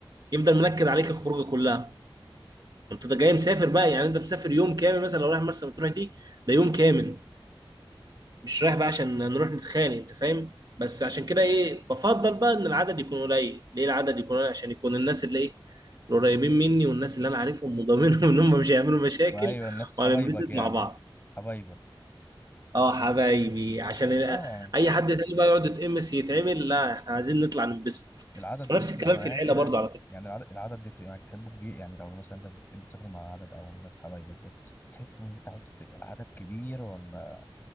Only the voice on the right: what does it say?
يفضل منكد عليك الخروجه كلها انت ده جاي مسافر بقى يعني انت مسافر يوم كامل مثلا لو رايح مرسى مطروح دي ده يوم كامل مش رايح بقى عشان نروح نتخانق انت فاهم بس عشان كده ايه بفضل بقى ان العدد يكون قليل ليه العدد يكون قليل عشان يكون الناس اللي ايه القريبين مني والناس اللي انا عارفهم وضامنهم <laughs> ان هم مش هيعملوا مشاكل
وهننبسط
مع بعض
اه حبايبي عشان ال-
اي حد تاني بقى يقعد يتقمص يتعمل لا احنا عايزين نطلع ننبسط
ونفس الكلام
في العيله
برضو على فكره